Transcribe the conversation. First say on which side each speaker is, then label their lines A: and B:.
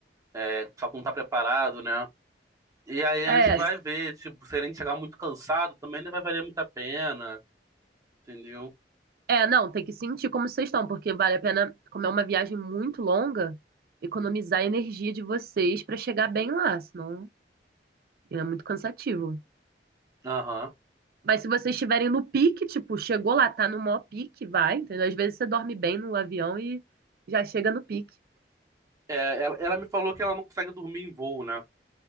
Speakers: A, on the right; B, on the right.
A: é, só que não tá preparado, né? E aí
B: É,
A: a gente vai ver, tipo, se a gente chegar muito cansado, também não vai valer muito a pena, entendeu?
B: É, não, tem que sentir como vocês estão, porque vale a pena, como é uma viagem muito longa, economizar a energia de vocês pra chegar bem lá, senão é muito cansativo.
A: Aham.
B: Mas se vocês estiverem no pique, tipo, chegou lá, tá no maior pique, vai, entendeu? Às vezes você dorme bem no avião e já chega no pique.
A: É, ela, ela me falou que ela não consegue dormir em voo, né?